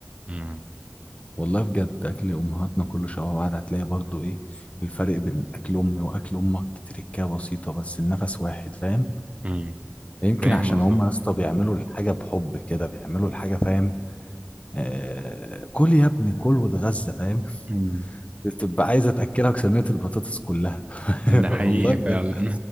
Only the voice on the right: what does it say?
مم.
مم.
فاهم
قصدك
مم.
ده
حقيقي
فعلا